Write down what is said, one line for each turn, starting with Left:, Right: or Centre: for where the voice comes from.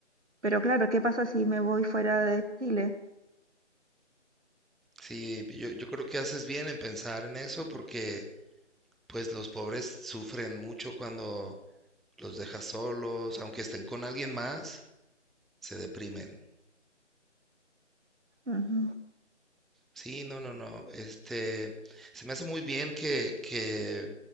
Right: Pero claro, ¿qué pasa si me voy fuera de Chile?
Centre: Sí, yo, yo creo que haces bien en pensar en eso porque pues los pobres sufren mucho cuando los dejas solos, aunque estén con alguien más, se deprimen.
Right: Ujú.
Centre: Sí, no, no, no. Este, se me hace muy bien que, que